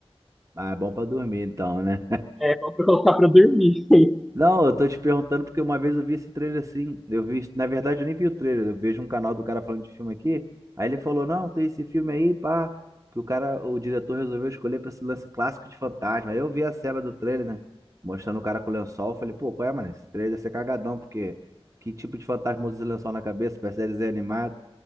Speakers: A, on the right; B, in the centre.
A: ah, é bom pra dormir então, né?
B: É, só pra colocar pra dormir. <laughs>
A: Não, eu tô te perguntando porque uma vez eu vi esse trailer assim. Eu vi, na verdade, eu nem vi o trailer. Eu vejo um canal do cara falando de filme aqui. Aí ele falou: Não, tem esse filme aí, pá. Que o cara, o diretor resolveu escolher pra esse lance clássico de fantasma. Aí eu vi a cena do trailer, né? Mostrando o cara com o lençol. Eu falei: Pô, qual é, mano? Esse trailer deve ser cagadão, porque que tipo de fantasma usa esse lençol na cabeça? Parece desenho animado.